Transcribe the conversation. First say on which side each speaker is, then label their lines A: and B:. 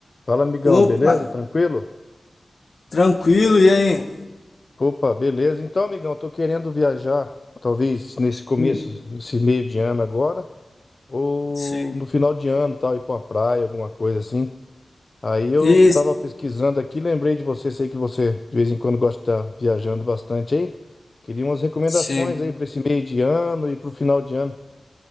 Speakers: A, on the left (about 40°); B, on the left (about 60°).
A: Fala, amigão,
B: Opa,
A: beleza? Tranquilo?
B: tranquilo, e aí?
A: Opa, beleza. Então, amigão, eu tô querendo viajar, talvez nesse começo,
B: Hum,
A: nesse meio de ano agora, ou
B: Sim.
A: no final de ano, tal, ir pra uma praia, alguma coisa assim. Aí eu
B: Isso,
A: tava pesquisando aqui, lembrei de você, sei que você de vez em quando gosta de estar viajando bastante aí. Queria umas recomendações
B: sim.
A: aí pra esse meio de ano e pro final de ano.